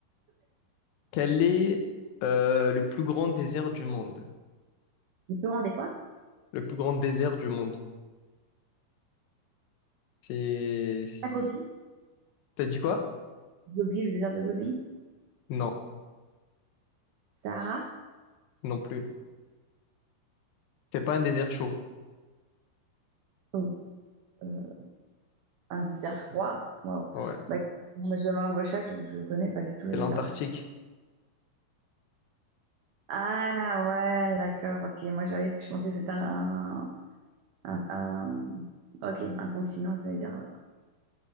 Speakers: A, on the left (about 85°); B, on the right (about 70°).
A: Quel est euh, le plus grand désert du monde?
B: Le plus grand quoi?
A: Le plus grand désert du monde. C'est... c'est-
B: À Gobi.
A: T'as dit quoi?
B: Gobi, le désert de Gobi.
A: Non,
B: Sahara.
A: non plus. C'est pas un désert chaud.
B: Oh, euh, un désert froid. Waouh.
A: Ouais,
B: Bah, écoute, moi, je demande l'embauchage, je ne connais pas du tout les
A: c'est
B: déserts.
A: l'Antarctique.
B: Ah ouais, d'accord, ok. Moi j'avais, je pensais que c'était un, un, un- ok, un continent, ça veut dire euh,